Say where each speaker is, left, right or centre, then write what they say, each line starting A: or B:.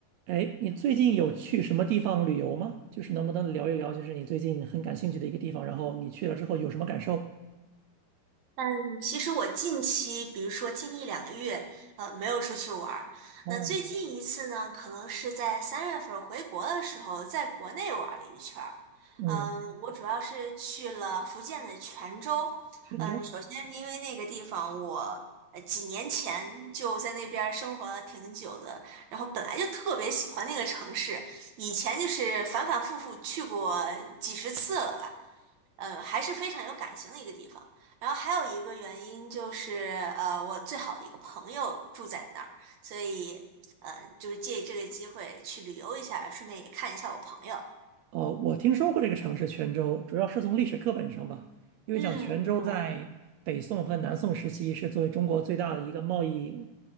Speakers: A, on the right; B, on the right.
A: 哎，你最近有去什么地方旅游吗？就是能不能聊一聊，就是你最近很感兴趣的一个地方，然后你去了之后有什么感受？
B: 嗯，其实我近期，比如说近一两个月，呃，没有出去玩儿。
A: 哦，
B: 那最近一次呢，可能是在三月份儿回国的时候，在国内玩儿了一圈儿。
A: 嗯，
B: 嗯，我主要是去了福建的泉州。
A: 泉州。
B: 嗯，首先是因为那个地方我呃几年前就在那边儿生活了挺久的，然后本来就特别喜欢那个城市，以前就是反反复复去过几十次了吧。呃，还是非常有感情的一个地方。然后还有一个原因就是，呃，我最好的一个朋友住在那儿，所以，嗯，就是借这个机会去旅游一下，顺便也看一下我朋友。
A: 哦，我听说过这个城市泉州，主要是从历史课本上吧，因为讲泉州在北宋和南宋时期是作为中国最大的一个贸易
B: 嗯，对，